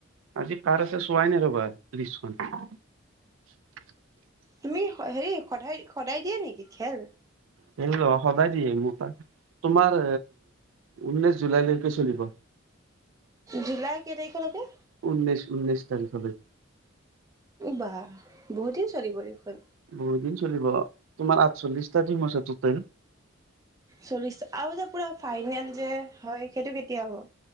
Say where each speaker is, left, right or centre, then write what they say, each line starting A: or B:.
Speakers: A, on the right; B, on the right.
A: আজি কাৰ আছে চোৱাই নাই ৰ'বা <unintelligible>
B: তুমি হেৰি সদায় সদায় দিয়া নেকি খেল
A: হে সদায় দিয়ে মোক ত তোমাৰ উনৈশ জুলাইলৈকে চলিব
B: জুলাই কেই তাৰিখলৈকে।
A: ঊনৈছ উঊনৈছ তাৰিখ লৈকে
B: বা বহুত দিন চলিব এইখন
A: বহুত দিন চলিব তোমাৰ আঠচল্লিশটা দিম আছে টটেল
B: চল্লিশ আৰু যে পুৰা ফাইনেল যে হয় সেইটো কেতিয়া হ'ব